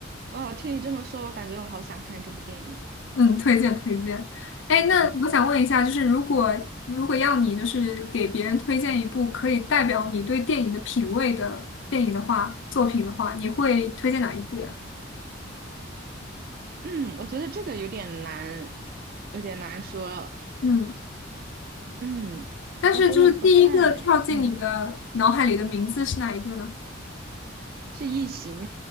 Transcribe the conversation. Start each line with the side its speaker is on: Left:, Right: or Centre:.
Right: 哦，听你这么说，我感觉我好想看这部电影。
Left: 嗯，推荐推荐。哎，那我想问一下，
Right: 嗯
Left: 就是如果如果要你就是给别人推荐一部可以代表你对电影的品味的电影的话，作品的话，你会推荐哪一部呀？
Right: 嗯，我觉得这个有点难，有点难说。
Left: 嗯，
Right: 嗯，
Left: 但是就是第一个跳进你的脑海里的名字是哪一个呢？
Right: 我觉得不太，嗯，是《异形》，